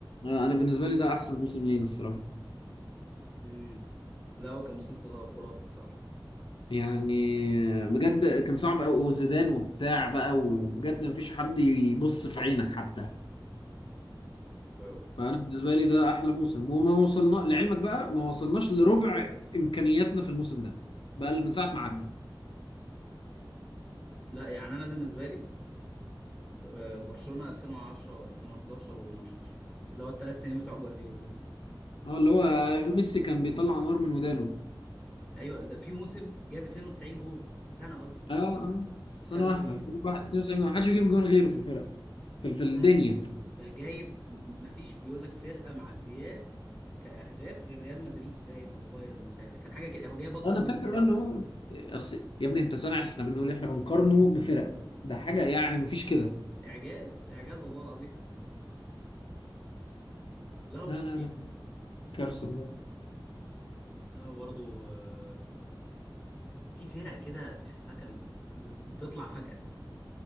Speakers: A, on the left; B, on the left.
A: آه، انا بالنسبه لي ده احسن موسم لينا الصراحه
B: امم لا هو كان موسم خرا- خرافي الصراحه
A: يعني بجد كان صعب قوي وزيدان وبتاع بقى وبجد مفيش حد يبص في عينك حتى
B: واو
A: فانا بالنسبه لي ده احلى موسم وما وصلنا لعلمك بقى ما وصلناش لربع امكانياتنا في الموسم ده بقى اللي من ساعه ما عدى
B: لا يعني انا بالنسبه لي آه، برشلونه 2010 و2011 و12 اللي هو الثلاث سنين بتوع جوارديولا دول
A: اه اللي هو ميسي كان بيطلع نار من ودانه
B: ايوه ده في موسم جايب 92 جول في سنه قصدي مش
A: اه
B: في
A: اه سنه
B: كالندر
A: واحده
B: يير
A: 92 ما حدش بيجيب جون غيره في الفرق في في الدنيا
B: ده ده جايب ما فيش بيقول لك فرقه معدياه كاهداف غير ريال مدريد باين ولا بايرن ساعتها كان حاجه كده هو جايب اكتر
A: انا
B: من
A: فاكر
B: فرق
A: ان هو اصل يا ابني انت سامع احنا بنقول إيه؟ احنا بنقارنه بفرق ده حاجه يعني مفيش كده
B: اعجاز اعجاز والله العظيم <laughs> لا هو
A: لا
B: مش طبيعي
A: لا لا كارثه
B: لا برضه آه، في فرق كده تحسها كانت ب- بتطلع فجاه